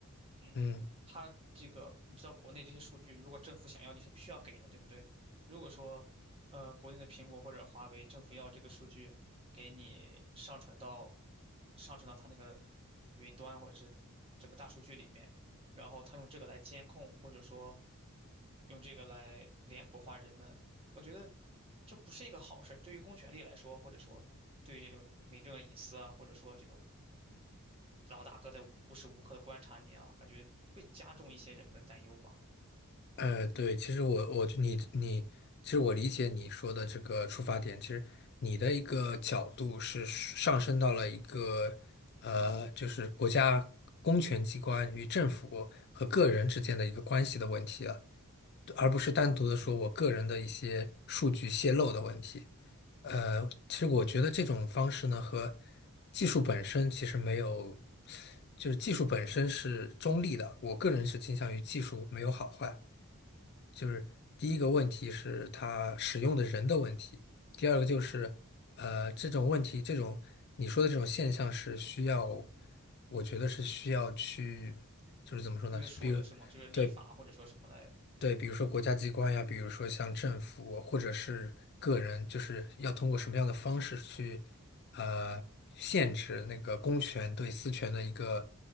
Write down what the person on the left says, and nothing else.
嗯。
呃，对，其实我我你你，其实我理解你说的这个出发点，其实你的一个角度是上升到了一个呃，就是国家公权机关与政府和个人之间的一个关系的问题了，而不是单独的说我个人的一些数据泄露的问题。呃，其实我觉得这种方式呢，和技术本身其实没有，就是技术本身是中立的，我个人是倾向于技术没有好坏。就是第一个问题是它使用的人的问题，第二个就是，呃，这种问题，这种你说的这种现象是需要，我觉得是需要去，就是怎么说呢？
比如，
对对，比如说国家机关呀，比如说像政府或者是个人，就是要通过什么样的方式去，呃，限制那个公权对私权的一个